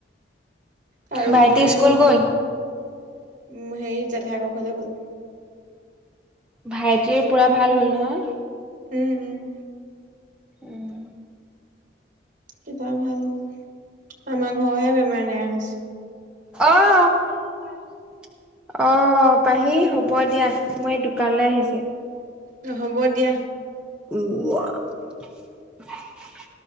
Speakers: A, on the right (about 45°); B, in the centre.
A: কাৰু
B: ভাইটি
A: সময় নাইও
B: স্কুল গ'ল?
A: কোনো উম, হেৰি জেঠাইকৰ ঘৰলে গ'ল।
B: ভাইটিৰ পুৰা ভাল হ'ল নহয়।
A: উম-উম।
B: উম,
A: কিবয়া ভাল হ'ল আমাৰ ঘৰহে বেমাৰ নাছে।
B: অহ ', অ পাহি হ'ব দিয়া মই এই দোকানলৈ আহিছে।
A: অ হ'ব দিয়া।
B: উৱা <unintelligible>